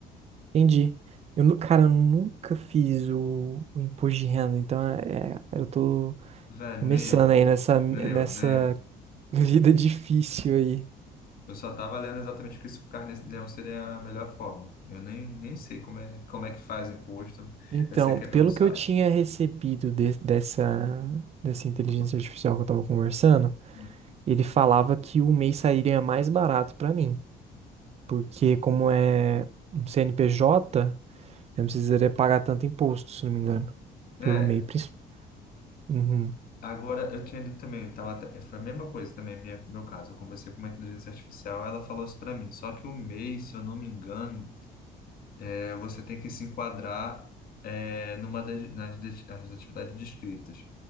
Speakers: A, on the right; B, on the left.
A: Entendi. Eu, nu- cara, eu nunca fiz o, o imposto de renda, então é, é, eu tô
B: Velho,
A: começando
B: nem eu,
A: aí nessa, nessa
B: nem eu, nem eu.
A: <laughs> vida difícil aí.
B: Eu só tava lendo exatamente que isso carnê-leão seria a melhor forma. Eu nem, nem sei como é, como é que faz imposto.
A: Então,
B: Eu sei que
A: pelo
B: é pelo site.
A: que eu tinha recebido de- dessa, dessa inteligência artificial que eu tava conversando,
B: Hum.
A: ele falava que o mês sairia mais barato pra mim, porque como é um CNPJ. Eu não precisaria pagar tanto imposto, se não me engano. Pelo
B: É,
A: MEI, principalmente. Uhum.
B: Agora, eu tinha lido também, eu tava, até- foi a mesma coisa também, minha, meu caso. Eu conversei com uma inteligência artificial, ela falou isso para mim. Só que o MEI, se eu não me engano, é, você tem que se enquadrar é, numa das, nas, des- nas atividades descritas.